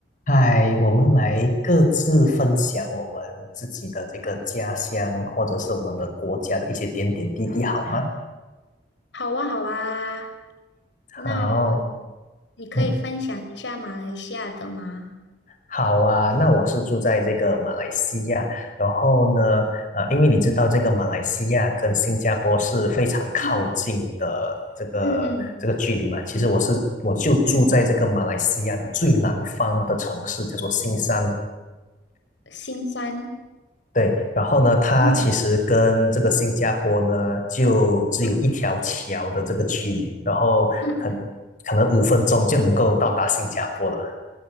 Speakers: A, on the left (about 45°); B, on the left (about 75°).
A: 嗨，我们来各自分享我们自己的这个家乡，或者是我们的国家的一些点点滴滴，好吗？
B: 好啊，好啊，那
A: 好，
B: 你可以分享一下马来西亚的吗？
A: 嗯，好啊。那我是住在这个马来西亚，然后呢，呃，因为你知道这个马来西亚跟新加坡是非常靠近的这个这个距离嘛。
B: 嗯嗯嗯
A: 其实我是我就住在这个马来西亚的最南方的城市，
B: 嗯，
A: 叫做新山
B: 新山，
A: 对，然后呢，它其实跟这个新加坡呢，
B: 嗯
A: 就只有一条桥的这个距离，
B: 嗯
A: 然后可
B: 嗯嗯，
A: 可能五分钟就能够到达新加坡了。